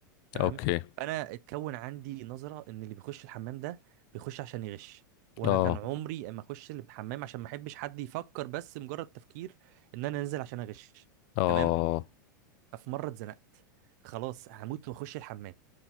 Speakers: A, on the right (about 55°); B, on the left (about 50°).
A: تمام
B: اوكي
A: فانا اتكون عندي نظره ان اللي بيخش الحمام ده بيخش عشان يغش وانا
B: اه
A: كان عمري اما اخش الحمام عشان ما احبش حد يفكر بس مجرد تفكير ان انا نازل عشان اغش
B: اه
A: تمام ففي مره اتزنقت خلاص هموت واخش الحمام